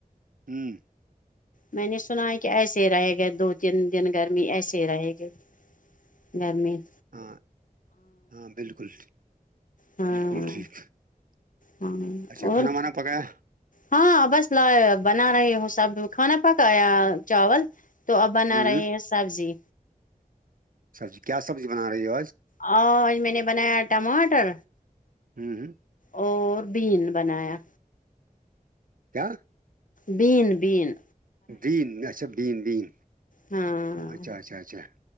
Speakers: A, on the right; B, on the left.
A: ہوں
B: میں نے سنا ہے کہ ایسے رہے گئے دو تین دن گرمی ایسے رہے گئے گرمی
A: ہاں ہاں بالکل
B: ہاں
A: بالکل ٹھیک
B: ہاں
A: اچھا
B: اور
A: کھانا وانا پکایا
B: ہاں بس ل بنا رہی ہوں سب کھانا پکایا چاول تو اب بنا
A: ہوں
B: رہے ہیں سبزی
A: سبزی کیا سبزی بنا رہیے
B: اورو آج میں نے بنایا ٹماٹر
A: ہمم ہمم
B: اور بھیین بنایا
A: کیا
B: بین بین
A: بین اچھا بین بین
B: ہاں
A: اچھا اچھا اچھا